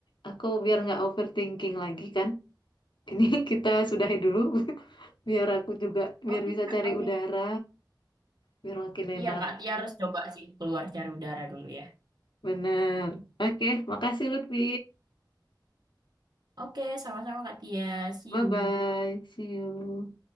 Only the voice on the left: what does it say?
aku biar nggak overthinking lagi kan. Ini <laughs> kita sudahi dulu, <laughs> biar aku juga biar
bisa
cari
udara, biar makin enak.
Bener. Oke, makasih Lutfi.
Bye
bye. See you.